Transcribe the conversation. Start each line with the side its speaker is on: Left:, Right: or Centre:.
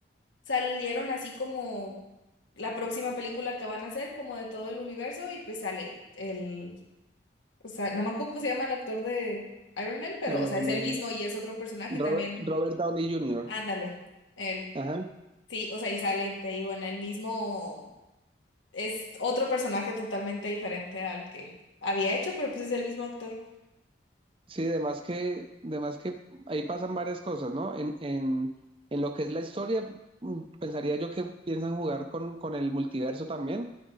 Left: salieron así como la próxima película que van a hacer, como de todo el universo, y pues sale el, o sea, no me acuerdo cómo se llama el actor de Iron Man, pero,
Right: Eh,
Left: o sea, es el mismo y es otro personaje
Right: Robert,
Left: y también.
Right: Robert Downey Jr.
Left: Ándale, él.
Right: Ajá.
Left: Sí, o sea, y sale, te digo, en el mismo, es otro personaje totalmente diferente al que había hecho, pero pues es el mismo actor.
Right: Sí, además que, de más que ahí pasan varias cosas, ¿no? En, en, en lo que es la historia, mm, pensaría yo que piensan jugar con, con el multiverso también,